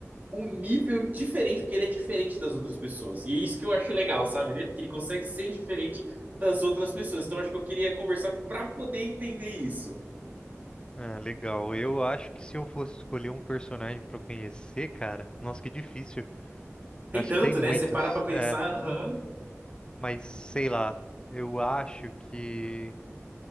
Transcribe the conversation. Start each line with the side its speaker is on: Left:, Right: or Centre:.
Right: um nível diferente, porque ele é diferente das outras pessoas. E é isso que eu acho legal, sabe? Ele, que ele consegue ser diferente das outras pessoas. Então, acho que eu queria conversar para poder entender isso.
Left: Ah, legal. Eu acho que se eu fosse escolher um personagem pra conhecer, cara, nossa, que difícil.
Right: Tem
Left: Acho
Right: tanto,
Left: que tem muitos.
Right: né? Você para pra pensar,
Left: É,
Right: aham.
Left: mas sei lá. Eu acho que